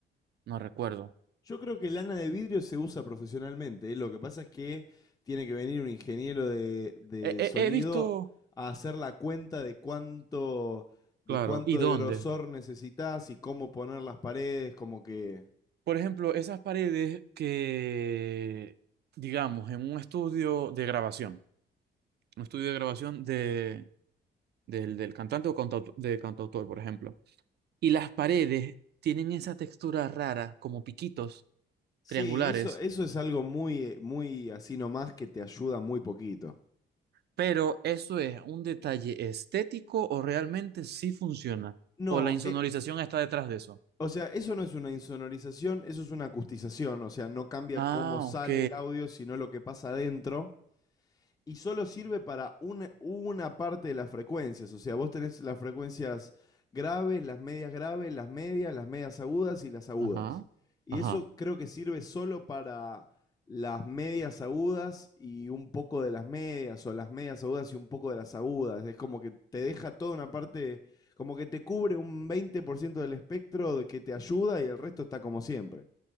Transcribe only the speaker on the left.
Yo creo que lana de vidrio se usa profesionalmente, ¿eh? Lo que pasa es que tiene que venir un ingeniero de, de
sonido
a hacer la cuenta de cuánto, de
cuánto
de grosor necesitas y cómo poner las paredes, como que...
Sí,
eso, eso es algo muy, eh, muy así nomás que te ayuda muy poquito.
No,
eh,
o sea, eso no es una insonorización, eso es una acustización, o sea, no cambia
cómo sale
el audio, sino lo que pasa adentro. y solo sirve para una, una parte de las frecuencias. O sea, vos tenés las frecuencias graves, las medias graves, las medias, las medias agudas y las agudas.
Y
eso creo que sirve solo para las medias agudas y un poco de las medias, o las medias agudas y un poco de las agudas. Es como que te deja toda una parte, como que te cubre un 20% del espectro de que te ayuda y el resto está como siempre.